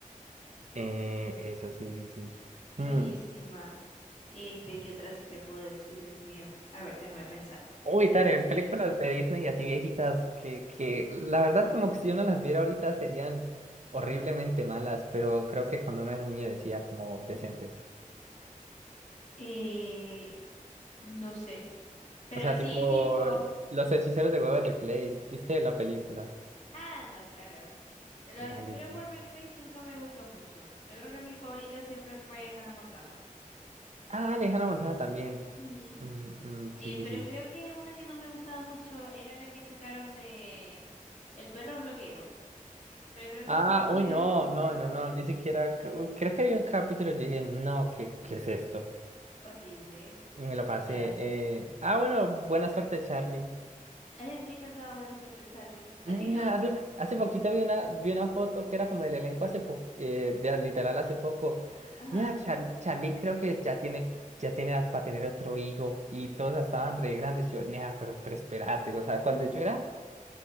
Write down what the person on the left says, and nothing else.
Buenísima.
Este, ¿qué otra sí te puedo decir, Dios mío? A ver, déjame pensar.
Em,
eh, no sé. Pero
así
tipo.
Ah, no, claro. De Los hechiceros
de
Waverly Place nunca me gustó mucho. Yo creo que mi favorita siempre fue Hannah Montana.
Ujú.
Eh,
pero
creo que una que no me gustaba mucho era la que sacaron de El perro bloguero. Pero creo que
esa sí
era
un poquito.
Horrible.
O
sea,
a mí me encantaba Buena Suerte Charlie. ¿A
ti no?
Ajá.